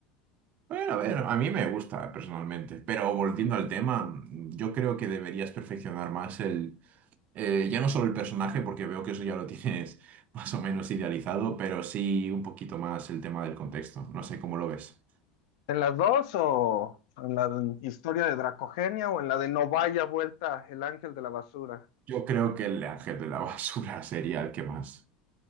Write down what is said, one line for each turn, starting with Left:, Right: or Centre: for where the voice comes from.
Right: Bueno, a ver, a mí me gusta personalmente, pero volviendo al tema, yo creo que deberías perfeccionar más Eh, ya no solo el personaje, porque veo que eso ya lo tienes <laughs> más o menos idealizado, pero sí un poquito más el tema del contexto. No sé cómo lo ves.
Left: en las dos o en la de- historia de Dracogenia o en la de No vaya vuelta el ángel de la basura.
Right: Yo creo que el ángel de la basura <laughs> sería el que más.